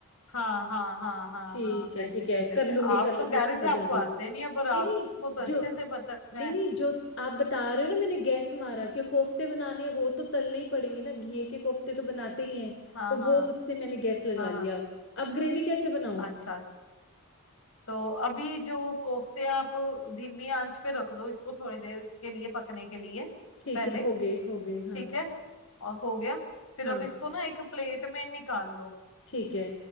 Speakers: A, on the left (about 75°); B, on the left (about 55°).
A: हाँ हाँ हाँ हाँ
B: ठीक
A: हाँ
B: है
A: ऐसे
B: ठीक
A: कर
B: है
A: सकते
B: कर लूंगी
A: हैं आप
B: कर लूंगी
A: तो कह
B: समझ
A: रहे थे आपको
B: आ गई
A: आते नहीं
B: नहीं
A: है पर आपको
B: नहीं
A: तो अच्छे
B: जो
A: से पता
B: नहीं
A: है
B: नहीं जो आप बता रहे हो ना मैंने गैस मारा कि कोफ्ते बनाने हैं वो तो तलने ही पड़ेंगे ना घी के कोफ्ते तो बनाते ही हैं
A: हाँ
B: तो
A: हाँ
B: वो उससे मैंने गैस लगा
A: हाँ
B: लिया
A: हाँ
B: अब ग्रेवी कैसे बनाऊं
A: अच्छा अच्छा तो अभी जो कोफ्ते आप धीमी आंच पे रख दो इसको थोड़ी देर के लिए पकने के लिए
B: ठीक
A: पहले
B: है हो गए हो गए हाँ
A: ठीक है और हो गया फिर
B: हाँ
A: अब इसको ना एक प्लेट में निकाल लो
B: ठीक है